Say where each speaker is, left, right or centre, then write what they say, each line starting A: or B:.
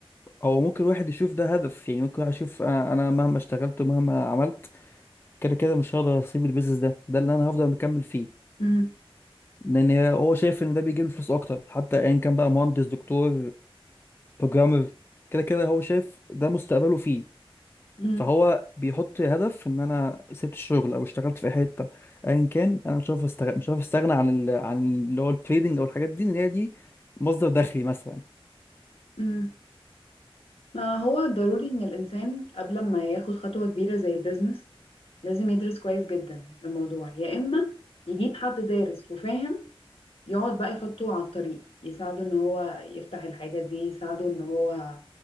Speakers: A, on the left; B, on the left.
A: هو ممكن واحد يشوف ده هدف يعني ممكن واحد يشوف آه، انا مهما اشتغلت ومهما عملت كده كده مش هقدر اسيب البيزنس ده ده اللي انا هفضل مكمل فيه
B: مم.
A: لان هو شايف ان ده بيجيب له فلوس اكتر حتى ايا كان بقى مهندس دكتور بروجرامر كده كده هو شايف ده مستقبله فيه
B: مم.
A: فهو بيحط هدف ان انا سبت الشغل او اشتغلت في أي حته ايا كان انا مش عارف استغنى مش عارف استغنى عن ال... عن اللي هو التريدنج او الحاجات دي ان هي دي مصدر دخلي مثلا
B: أمم. ما هو ضروري إن الإنسان قبل ما ياخد خطوة كبيرة زي البيزنس لازم يدرس كويس جدا الموضوع يا إما يجيب حد دارس وفاهم يقعد بقى يحطه على الطريق يساعده إن هو يفتح الحاجة دي يساعده إن هو